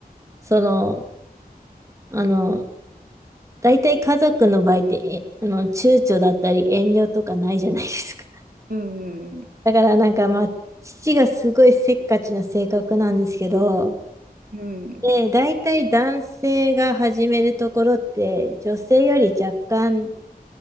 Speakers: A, on the right (about 20°); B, on the right (about 65°).
A: その、あの、大体家族の場合って、えあの、躊躇だったり遠慮とかないじゃないですか。<laughs>
B: うんうん
A: だからなんかまあ、父がすごいせっかちな性格なんですけど、
B: うん。うん。
A: で、大体男性が始めるところって、女性より若干